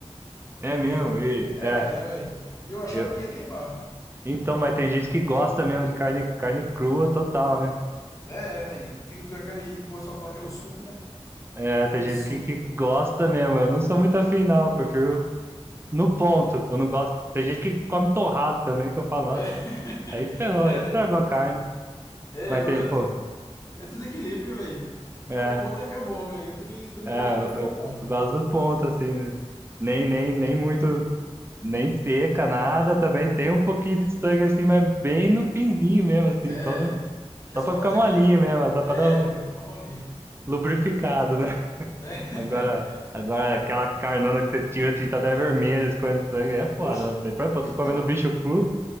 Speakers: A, on the right; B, on the left.
A: É mesmo, e
B: É,
A: é.
B: era, velho. E eu achava
A: Eu...
B: que ia queimar.
A: Então, mas tem gente que gosta mesmo de carne, carne crua total, né?
B: É, é, velho. Fica, fica aquele. O pessoal fala que é o suco, né?
A: É, tem
B: O
A: gente
B: suco.
A: que, que gosta mesmo. Eu não sou muito afim, não. Eu prefiro no ponto. Eu não gosto. Tem gente que come torrado também, que eu falo, nossa,
B: É,
A: aí ferrou,
B: <laughs> é,
A: aí estragou a carne.
B: é,
A: Mas
B: eu-
A: tem,
B: eu-
A: pô,
B: é tudo equilíbrio, velho.
A: é,
B: É, o ponto é que é bom, velho. Eu também, eu também
A: é,
B: gosto prefiro
A: eu, eu-
B: o ponto.
A: eu gosto do ponto, assim, né? Nem, nem, nem muito, nem seca, nada também. Tem um pouquinho de sangue, assim, mas bem no finzinho mesmo, assim,
B: É,
A: só, no,
B: que
A: só
B: é só
A: pra
B: pra
A: ficar
B: dar
A: molinho
B: aquele.
A: mesmo, só
B: É,
A: pra dar um
B: pra ficar molinho.
A: lubrificado, né?
B: É.
A: Agora, agora aquela carnona que você tira, você tá até vermelha, escorrendo sangue,
B: <laughs>
A: aí é foda,
B: Oxe,
A: né? Você,
B: eu-
A: Pô,
B: então,
A: tô comendo bicho cru,